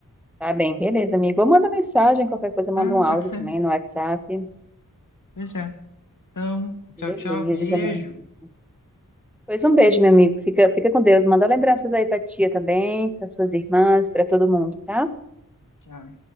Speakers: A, in the centre; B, on the left.
A: Tá bem, beleza, amigo. Ou manda mensagem, qualquer coisa,
B: Tá,
A: manda um
B: pode
A: áudio
B: ser.
A: também no WhatsApp.
B: Pois é. Então, tchau,
A: Beleza,
B: tchau, beijo.
A: meu amigo. Pois um beijo, meu amigo. Fica, fica com Deus. Manda lembranças aí pra tia também, para suas irmãs, para todo mundo, tá?
B: Tchau.